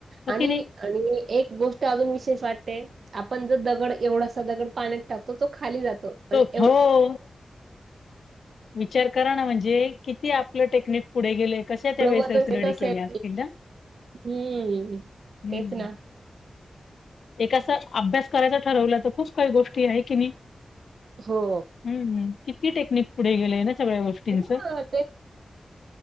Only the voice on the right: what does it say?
आणि
आणि ही एक गोष्ट अजून विशेष वाटते. आपण जर दगड ऐवढासा दगड पाण्यात टाकतो, तो खाली जातो.
पण एवढं
वजन घेत
असेल
हम्म.
तेच ना.
हो.
हां